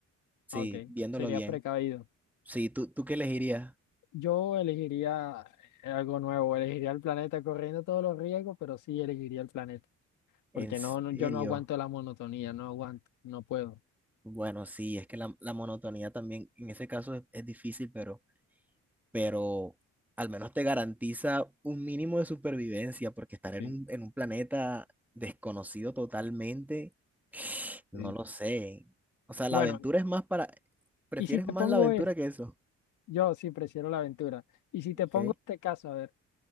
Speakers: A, in the centre; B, on the left (about 80°).
A: Sí,
B: Ok,
A: viéndolo
B: sería
A: bien.
B: precavido.
A: Sí, ¿tú, tú qué elegirías?
B: Yo elegiría eh, algo nuevo, elegiría el planeta corriendo todos los riesgos, pero sí elegiría el planeta,
A: ¿En
B: porque
A: serio?
B: no, no- yo no aguanto la monotonía, no aguanto, no puedo.
A: Bueno, sí, es que la, la monotonía también en ese caso es, es difícil, pero pero al menos te garantiza un mínimo de supervivencia, porque estar en
B: Sí,
A: un, en un planeta desconocido totalmente, no
B: sí.
A: lo sé. O sea, la
B: Bueno,
A: aventura es más para... Prefieres
B: y si te
A: más
B: pongo
A: la aventura
B: es,
A: que eso,
B: yo sí prefiero la aventura. Y si te
A: ¿ok?
B: pongo este caso, a ver,